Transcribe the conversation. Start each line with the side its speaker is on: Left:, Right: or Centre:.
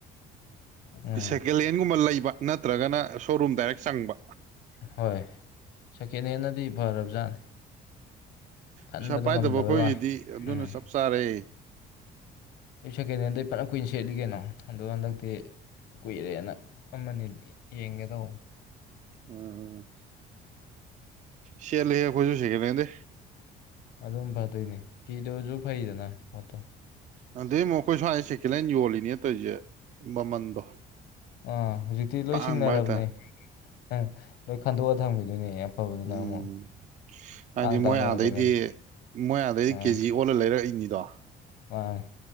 Left: ꯎꯝ
Right: ꯁꯦꯀꯦꯟ ꯍꯦꯟꯒꯨꯝꯕ ꯂꯩꯕ ꯅꯠꯇ꯭ꯔꯒꯅ ꯁꯣꯔꯨꯝ ꯗꯥꯏꯔꯦꯛ ꯆꯪꯕ
Left: ꯍꯣꯏ ꯁꯦꯀꯦꯟ ꯍꯦꯟꯅꯗꯤ ꯐꯔꯕꯖꯥꯠꯅꯤ ꯈꯟꯕꯗꯣ
Right: ꯄꯩꯁꯥ ꯄꯥꯏꯗꯕ
Left: ꯉꯝꯗꯕꯩ
Right: ꯑꯩꯈꯣꯏꯒꯤꯗꯤ
Left: ꯋꯥꯅꯤ
Right: ꯑꯗꯨꯅ
Left: ꯎꯝ
Right: ꯆꯞ ꯆꯥꯔꯦ
Left: ꯑꯩ ꯁꯦꯀꯦꯟ ꯍꯦꯟꯗ ꯑꯩ ꯄꯅ ꯀꯨꯏꯅ ꯁꯦꯠꯂꯤ ꯀꯩꯅꯣ ꯑꯗꯣ ꯍꯟꯗꯛꯇꯤ ꯀꯨꯏꯔꯦꯅ ꯑꯃꯅꯤ ꯌꯦꯡꯒꯦꯗꯧꯕꯅꯤ
Right: ꯎꯝ ꯁꯦꯂ ꯍ ꯐꯁꯨꯁꯒꯦ ꯀꯦ
Left: ꯑꯗꯨꯝ ꯐꯗꯣꯏꯅꯦ ꯐꯤꯗꯕꯁꯨ ꯐꯩꯗꯅ ꯄꯣꯠꯇꯣ
Right: ꯑꯗꯨꯗꯩ ꯑꯃꯨꯛ ꯑꯩꯈꯣꯏ ꯁ꯭ꯋꯥꯏ ꯁꯦꯀꯦꯟ ꯍꯦꯟ ꯌꯣꯜꯂꯤꯅꯦ ꯇꯧꯔꯤꯁꯦ ꯃꯃꯟꯗꯣ
Left: ꯑꯥ ꯍꯧꯖꯤꯛꯇꯤ ꯂꯣꯏ
Right: ꯇꯥꯡꯕ
Left: ꯁꯤꯡꯅꯔꯕꯅꯦ
Right: ꯍꯥꯏꯇꯥꯔꯦ
Left: ꯑꯪ ꯂꯣꯏ ꯈꯟꯗꯣꯛꯑ ꯊꯝꯈꯤꯗꯣꯏꯅꯦ ꯑꯐꯕꯗꯨꯅ
Right: ꯎꯝ
Left: ꯑꯃꯨꯛ
Right: ꯍꯥꯏꯗꯤ
Left: ꯇꯥꯡ ꯇꯥꯡ
Right: ꯃꯣꯏ
Left: ꯌꯣꯜꯂꯛꯀꯗꯣꯏꯅꯤ
Right: ꯑꯥꯗꯩꯗꯤ ꯃꯣꯏꯌꯥ ꯑꯗꯩꯗꯤ
Left: ꯑꯥ
Right: ꯀꯦꯖꯤ ꯑꯣꯜꯂ ꯂꯩꯔꯛꯏꯅꯤꯗꯣ
Left: ꯃꯥꯅꯤ